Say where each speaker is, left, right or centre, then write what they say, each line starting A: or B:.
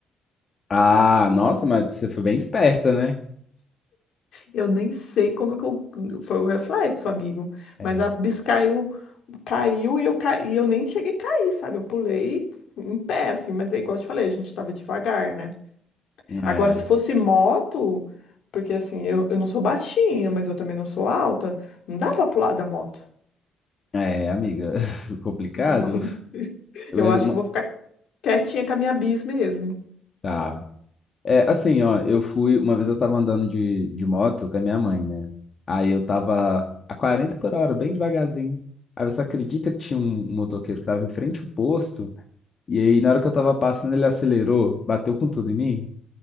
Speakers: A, on the left; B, on the left.
A: Ah, nossa, mas você foi bem esperta, né?
B: Eu nem sei como que eu, foi o reflexo, amigo,
A: É.
B: mas a bis caiu, caiu e eu ca... e eu nem cheguei a cair, sabe? Eu pulei em pé assim, mas é igual eu te falei, a gente tava devagar, né?
A: É,
B: Agora, se fosse moto, porque assim, eu, eu não sou baixinha, mas eu também não sou alta, não dá pra pular da moto.
A: é, amiga, <laughs> complicado.
B: Não. <laughs>
A: Eu
B: Eu
A: era
B: acho que eu vou ficar quietinha com a minha bis mesmo.
A: tá. É, assim, ó, eu fui, uma vez eu tava andando de, de moto com a minha mãe, né? Aí eu tava a 40 por hora, bem devagarzinho. Aí você acredita que tinha um um motoqueiro que tava em frente ao posto? E aí, na hora que eu tava passando, ele acelerou, bateu com tudo em mim?